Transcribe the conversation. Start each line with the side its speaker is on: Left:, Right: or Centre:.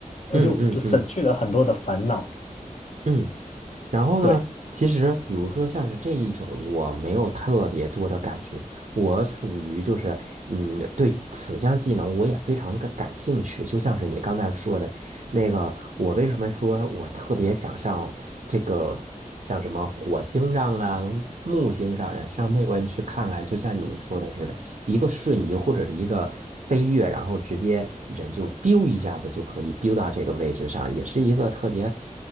Left: 我就就省去了很多的烦恼。
Right: 嗯嗯嗯嗯。嗯然后呢，
Left: 对。
Right: 其实比如说像是这一种，我没有特别多的感觉，我属于就是，嗯，对此项技能我也非常的感兴趣。就像是你刚才说的那个，我为什么说我特别想上这个，像什么火星上啊、木星上呀、上那边去看看，就像你说的似的。一个瞬移或者是一个飞跃，然后直接人就 biu 一下子就可以 biu 到这个位置上，也是一个特别